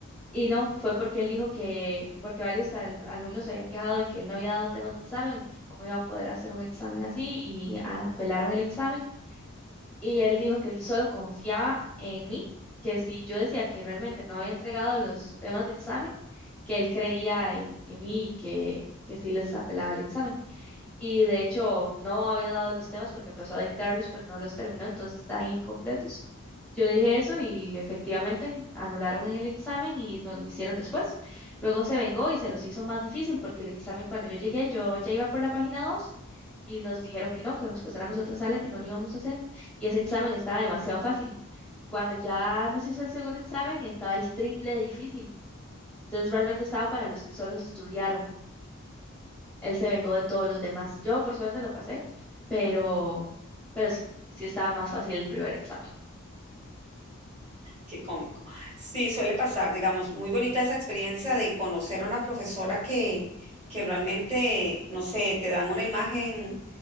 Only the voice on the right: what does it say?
Qué cómico. Sí, suele pasar, digamos, muy bonita esa experiencia de conocer a una profesora que, que realmente, no sé, te dan una imagen